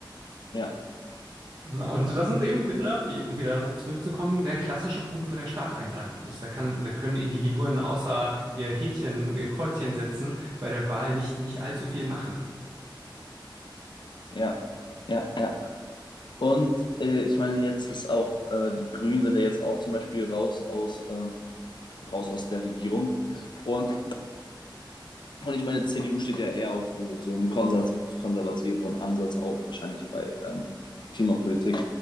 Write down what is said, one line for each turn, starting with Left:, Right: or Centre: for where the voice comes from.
Left: Ja,
Right: Na, und das sind eben, ne, wie, um wieder darauf zurückzukommen, der klassische Punkt, wo der Staat eingreifen muss. Da kann, da können Individuen außer ihr Häkchen, ihr Kreuzchen setzen, bei der Wahl nicht, nicht allzu viel machen.
Left: ja, ja, ja. Und äh, ich meine, jetzt ist auch, äh, die Grünen sind ja jetzt auch zum Beispiel raus aus, äh, raus aus der Regierung. Und, und ich meine, CDU steht ja eher auch für so einen konser konservativeren Ansatz, auch wahrscheinlich bei ähm, Klimapolitik.